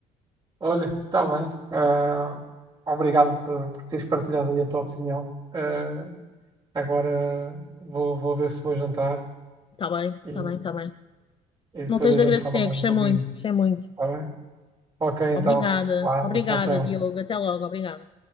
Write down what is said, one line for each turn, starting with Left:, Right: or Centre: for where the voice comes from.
Right: Olha, está bem. Ah, obrigado por, por teres partilhado aí a tua opinião. Ah, agora vou, vou ver se vou jantar
Left: Tá bem,
Right: e,
Left: tá bem, tá bem.
Right: e depois
Left: Não tens
Right: a
Left: de
Right: gente
Left: agradecer,
Right: fala mais
Left: gostei
Right: um pouquinho.
Left: muito, gostei muito.
Right: Está bem? Ok,
Left: Obrigada,
Right: então. Uau,
Left: obrigada,
Right: tchau, tchau.
Left: Diogo. Até logo, obrigada.